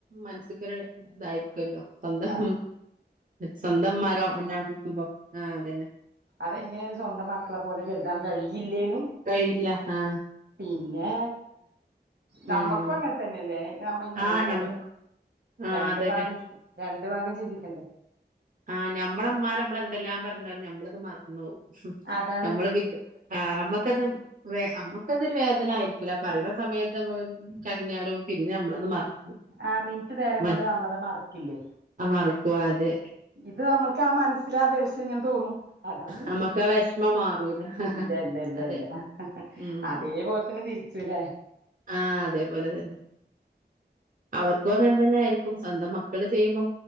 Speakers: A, on the right; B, on the right.
A: മനസ്സക്കൊരു ഇതായിരിക്കുമല്ലോ സ്വന്തം
B: അതെ
A: സ്വന്തംമാരോ അല്ലാതിരിക്കുമ്പോ ആഹ് അതന്നെ
B: അതെങ്ങനെയും സ്വന്തം മക്കളെ പോലെ കരുതാൻ കഴിയില്ലേനു
A: കയ്യില്ല ആ
B: പിന്നെ നമ്മക്കും
A: ഉം
B: അങ്ങനെ തന്നെല്ലേ നമ്മ
A: ആഹ്
B: എല്ലാം
A: ഞമ്മക്ക് ആഹ്
B: രണ്ട്ഭാഗം
A: അതന്നെ
B: രണ്ടു ഭാഗം ചിന്തിക്കണ്ടേ
A: ആ ഞമ്മളമാർ നമ്മള എന്തെല്ലാം പറഞ്ഞ ഞമ്മളത് മറന്നു പോകും
B: അതാണ്
A: നമ്മള് വിമ്മക്കത്മ്മക്കത് വേദന ആയിരിക്കൂല പറയുന്ന സമയത്ത് കരിഞ്ഞാലും പിന്നെ നമ്മളത് മറക്കും
B: ആ മിനിറ്റ് നേരം
A: മറക്കും
B: കൊണ്ട് നമ്മളത് മറക്കില്ലേ
A: ആ ക്കവാതെ
B: ഇത് നമ്മൾക്ക് ആ മനസ്സിലാകശം ഇങ്ങനെ തോന്നും അതാണ്
A: നമ്മക്ക് ആ വിഷമം മാറൂല
B: ഇല്ല ഇല്ല ഇല്ല
A: അതെ
B: ഇല്ല
A: ഉം
B: അതേപോലെ തന്നെ തിരി ചില
A: ആ അതേപോലെ തന്നെ അവർക്കും അങ്ങനെ തന്നെ ആയിരിക്കും സ്വന്തം മക്കൾ ചെയ്യുമ്പോ